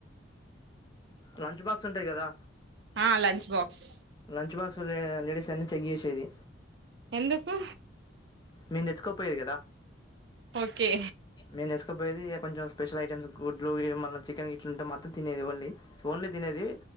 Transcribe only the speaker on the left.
లంచ్ బాక్స్ ఉంటాయి కదా
lunch box ladies అన్ని చెక్ చేసేది
మీన్ తెచ్చకో పోయిరు కదా
మీన్చ్చకో కపోయి ఇక కొంచం స్పెషల్ ఐటమ్స్ గుడ్లు మళ్నం చికెన్ ఇట్లు ఉంటే మాత్రం తినది ఓన్లీ ఓన్లీ తినేది